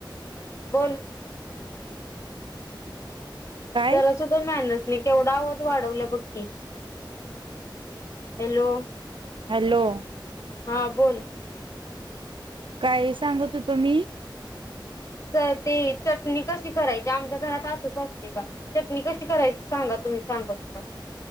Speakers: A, on the left; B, on the right.
A: बोल.
B: काय
A: जरा सुद्धा मॅनर्स नाही. केवढा आवाज वाढवल्या बघ की, हॅलो
B: हॅलो.
A: हा बोल.
B: काय सांगत होतो मी?
A: तर ते चटणी कशी करायची, आमच्या घरात असच असतय बा. चटणी कशी करायची सांगा तुम्ही सांगत होता.